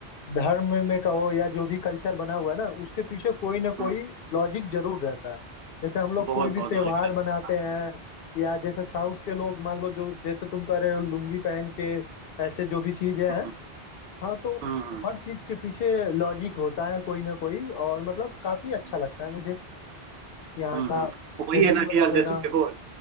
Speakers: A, on the left; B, on the right.
A: धर्म में कहो या जो भी कल्चर बना हुआ है ना उसके पीछे कोई ना कोई
B: हाँ,
A: लॉजिक जरूर रहता है जैसे हम लोग
B: बहुत
A: कोई भी
B: बहुत
A: त्योहार
B: लॉजिक रहता
A: मनाते
B: है हाँ
A: हैं या जैसे साउथ के लोग मान लो जो जैसे तुम कह रहे हो लुंगी पहन के ऐसे जो भी चीजें हैं
B: हम्म
A: हाँ तो
B: हम्म हम्म
A: हर चीज के पीछे लॉजिक होता है कोई ना कोई और मतलब काफी
B: हम्म।
A: अच्छा लगता है मुझे यहाँ
B: हम्म,
A: का
B: हम्म, तो वही
A: फेस्टिवल
B: है ना कि
A: वगैरह
B: यार जैसे देखो